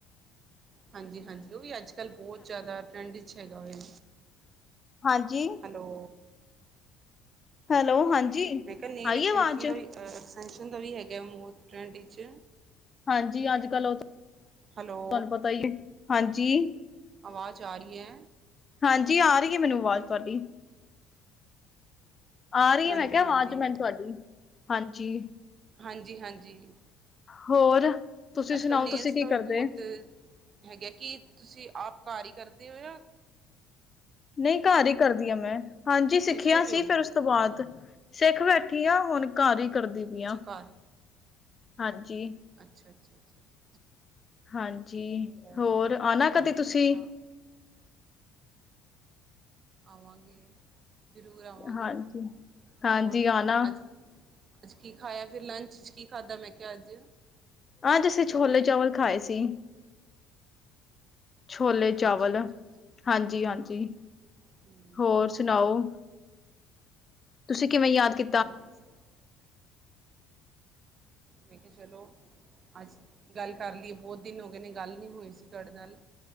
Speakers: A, on the right (about 40°); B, on the left (about 30°).
A: ਹਾਂਜੀ, ਹਾਂਜੀ ਓ ਵੀ ਅੱਜ ਕੱਲ ਬਹੁਤ ਜਿਆਦਾ ਟੈ੍ਂਡ ਚ ਹੈਗਾ ਏ।
B: ਹਾਂਜੀ।
A: ਹੈਲੋ
B: ਹੈਲੋ, ਹਾਂਜੀ।
A: ਮੈਂ ਕੇਆ ਨੇਲ
B: ਆਈ
A: ਐਕਟੈਂਸ਼ਨ
B: ਆਵਾਜ਼
A: ਦਾ ਵੀ ਐਕਸੇਨਸ਼ਨ ਦਾ ਵੀ ਹੈਗਾ ਬੋਤ ਟੈ੍ਂਡ ਇਚ।
B: ਹਾਂਜੀ, ਅੱਜ ਕੱਲ ਓ <unintelligible>
A: ਹੈਲੋ
B: ਤੁਆਨੂ ਪਤਾਈ ਏ, ਹਾਂਜੀ
A: ਆਵਾਜ ਆਰੀ ਐ?
B: ਹਾਂਜੀ, ਆਰੀ ਏ ਮੈਨੂ ਅਵਾਜ਼ ਤੁਆਡੀ। ਆਰੀ
A: ਹਾਂਜੀ
B: ਏ ਮੈਕੇਆ
A: ਹਾਂਜੀ
B: ਅਵਾਜ ਮੈਨ ਤੂਆਡੀ, ਹਾਂਜੀ
A: ਹਾਂਜੀ- ਹਾਂਜੀ।
B: ਹੋਰ। ਤੁਸੀਂ
A: ਅੱਜ
B: ਸੁਣਾਓ
A: ਕੱਲ ਨੇਲਸ
B: ਤੁਸੀਂ ਕੀ
A: ਦਾ ਵੀ
B: ਕਰਦੇ
A: ਬੋਤ ਹੈਗਾ ਕੀ, ਤੂਸੀ ਆਪ ਘਾਰ ਈ ਕਰਦੇ ਓ ਯਾ
B: ਨਈ ਘਰ ਈ ਕਰਦੀ ਆ ਮੈਂ, ਹਾਂਜੀ
A: ਸਿੱਖਦੇ
B: ਸਿੱਖਆ
A: ਪਏ
B: ਸੀ
A: ਹੋ
B: ਫਿਰ ਉਸ ਤੋ ਬਾਦ, ਸਿਖ ਬੈਠੀ ਆਂ ਹੁਣ ਘਾਰ ਈ ਕਰਦੀ ਬੀਆਂ।
A: ਅੱਛਾ ਘਰ
B: ਹਾਂਜੀ।
A: ਅੱਛਾ- ਅੱਛਾ <unintelligible>
B: ਹਾਂਜੀ, ਹੋਰ
A: ਸੁਣਾਓ
B: ਆਨਾ ਕਦੇ
A: ਸਭ
B: ਤੂਸੀ।
A: ਠੀਕ ਠਾਕ ਆਵਾਂਗੇ, ਜਰੂਰ ਆਵਾਂਗੇ,
B: ਹਾਂਜੀ ਹਾਂਜੀ
A: ਔਰ,
B: ਆਣਾ
A: ਅੱਜ ਅੱਜ ਕੀ ਖਾਯਾ ਫਿਰ, ਲੰਚ ਚ ਕੀ ਖਾਦਾ ਮੈਂ ਕੇਆ ਅੱਜ?
B: ਆਜ ਅਸੀ ਛੋਲੇ-ਚਾਵਲ
A: ਕੀ ਬਣਾਇਆ
B: ਖਾਏ ਸੀ। ਛੋਲੇ -ਚਾਵਲ,
A: ਅੱਛਾ ਅੱਛਾ ਅੱਛਾ
B: ਹਾਂਜੀ-ਹਾਂਜੀ।
A: <inaudible>
B: ਹੋਰ ਸੁਨਾਓ, ਤੂਸੀ ਕਿਵੇਂ ਯਾਦ ਕੀ
A: <unintelligible> ਮੈਂ ਕੇਆ ਚਲੋ, ਅੱਜ਼ ਗੱਲ ਕਰ ਲੀਏ ਬੋਤ ਦਿਨ ਹੋਗੇ ਨੇ ਗੱਲ ਨੀ ਹੋਈ ਸੀ ਤੂਆਡੇ ਨਾਲ।